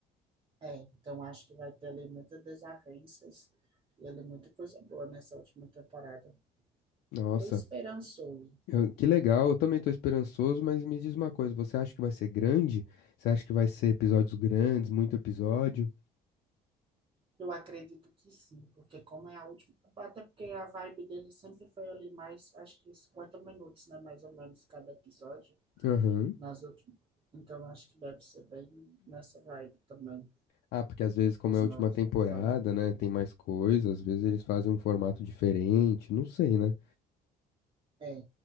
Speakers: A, on the right; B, on the left.
A: É, então acho que vai ter ali muitas desavenças e ali muita coisa boa nessa última temporada.
B: Nossa,
A: Tô esperançoso.
B: eu- que legal. Eu também tô esperançoso, mas me diz uma coisa, você acha que vai ser grande? Você acha que vai ser episódios grandes, muito episódio?
A: Eu acredito que sim, porque como é a última, até porque a vibe dele sempre foi ali mais, acho que 50 minutos, né, mais ou menos cada episódio
B: Aham.
A: nas últimas. Então acho que deve ser bem nessa vibe também
B: Ah, porque às vezes, como
A: os
B: é a última
A: novos
B: temporada,
A: episódios.
B: né, tem mais coisa, às vezes eles fazem um formato diferente, não sei, né?
A: É,